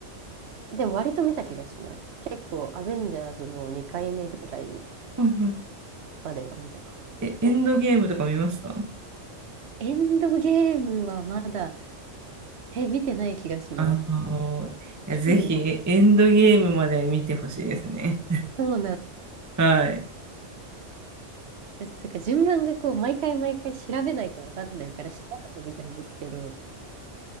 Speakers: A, on the right; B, on the right.
A: でも割と見た気がします。結構、アベンジャーズの2回目ぐらい
B: うん。はいはい。
A: までは見たかな。
B: え、エンドゲームとか見ました
A: え、エンドゲームはまだ、え、見てない気がします。
B: あのいや、
A: 時系列
B: ぜひ、エンドゲームまで見てほしいですね。
A: そうなん
B: はい。
A: です。なんか順番がこう、毎回毎回調べないとわかんないから、調べてみたいんですけど、